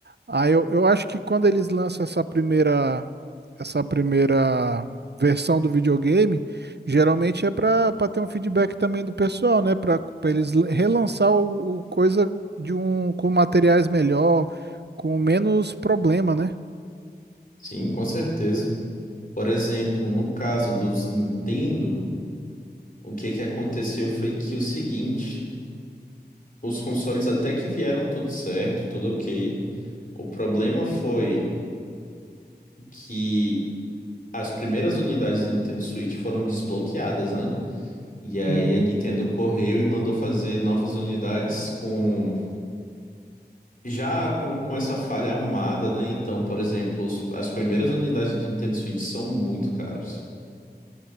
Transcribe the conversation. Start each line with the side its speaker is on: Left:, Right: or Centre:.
Right: Ah, eu, eu acho que quando eles lançam essa primeira, essa primeira versão do videogame, geralmente é para ter um feedback também do pessoal, né? Para eles l- relançar o, o coisa de um com materiais melhor, com menos problema, né?
Left: Sim, com certeza. Por exemplo, no caso dos Nintendo, o que que aconteceu foi que o seguinte. os consoles até que vieram tudo certo, tudo ok. O problema foi que as primeiras unidades da Nintendo Switch foram desbloqueadas, né? E aí
Right: Uhum.
Left: a Nintendo correu e mandou fazer novas unidades com já com, com essa falha arrumada, né? Então, por exemplo, os- as primeiras unidades de Nintendo Switch são muito caras.